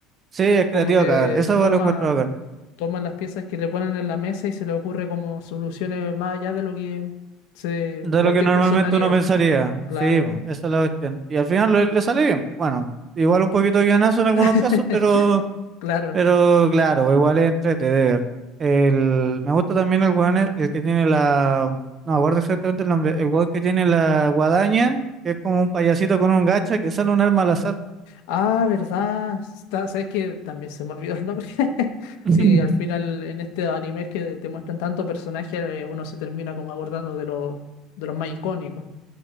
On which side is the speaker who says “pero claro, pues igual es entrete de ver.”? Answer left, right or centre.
Right